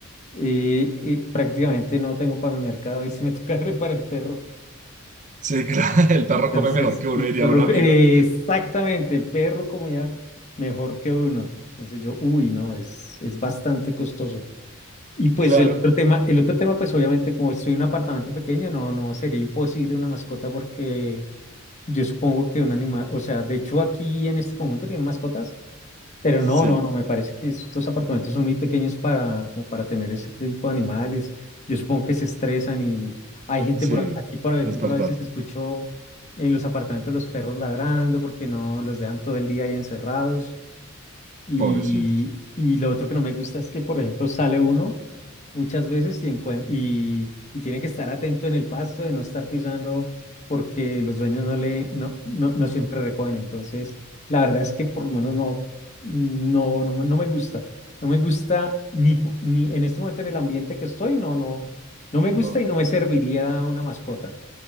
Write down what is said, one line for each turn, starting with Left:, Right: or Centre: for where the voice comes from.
Left: y- y prácticamente no tengo para mi mercado, ahí sí me toca <laughs> darle para el perro.
Right: Sí, claro, <laughs> el perro
Left: Entonces,
Right: come mejor que uno,
Left: el
Right: diría
Left: perro,
Right: un amigo.
Left: eh, exactamente, el perro comía mejor que uno. Entonces yo, uy, no, es, es bastante costoso. Y pues
Right: Claro,
Left: el otro tema, el otro tema, pues obviamente como estoy en un apartamento pequeño, no, no sería imposible una mascota porque yo supongo que un animal, o sea, de hecho aquí en este conjunto tienen mascotas, pero
Right: sí,
Left: no, no, no, me parece que estos apartamentos son muy pequeños para, como para tener ese tipo de animales. Yo supongo que se estresan y hay gente
Right: sí,
Left: por ac- aquí, por ejemplo,
Right: es verdad.
Left: a veces escucho en los apartamentos los perros ladrando porque no los dejan todo el día ahí encerrados. Y,
Right: Pobrecitos.
Left: y lo otro que no me gusta es que, por ejemplo, sale uno muchas veces y, encuen- y, y tiene que estar atento en el pasto de no estar pisando porque los dueños no le no, no, no siempre recogen. Entonces, la verdad es que por lo menos no, no, no, me no me gusta. No me gusta ni, po- ni en este momento en el ambiente que estoy, no, no, no me gusta
Right: No.
Left: y no me serviría una mascota.